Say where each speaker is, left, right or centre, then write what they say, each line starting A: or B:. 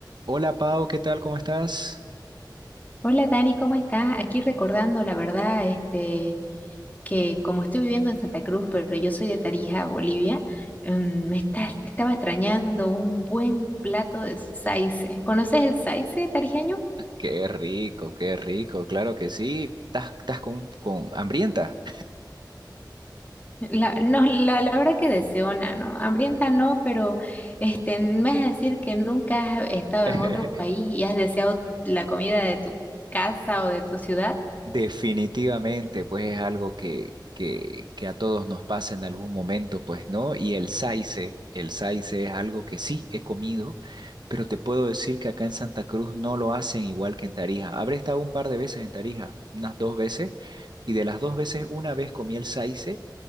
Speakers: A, on the right; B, on the left.
A: Hola Pau, ¿qué tal? ¿Cómo estás?
B: Hola Dani, ¿cómo estás? Aquí recordando, la verdad, este, que como estoy viviendo en Santa Cruz, pero yo soy de Tarija, Bolivia, em, me está- estaba extrañando un buen plato de saice. ¿Conoces el saice tarijeño?
A: Qué rico, qué rico, claro que sí. ¿Estás, estás con, con hambrienta?
B: La, no, la, la verdad que deseona, ¿no? Hambrienta no, pero este, me vas a decir que nunca has estado
A: <laughs>
B: en otro país y has deseado la comida de tu casa o de tu ciudad.
A: Definitivamente, pues es algo que, que, que a todos nos pasa en algún momento, pues, ¿no? Y el saice, el saice es algo que sí he comido, pero te puedo decir que acá en Santa Cruz no lo hacen igual que en Tarija. Habré estado un par de veces en Tarija, unas dos veces, y de las dos veces, una vez comí el saice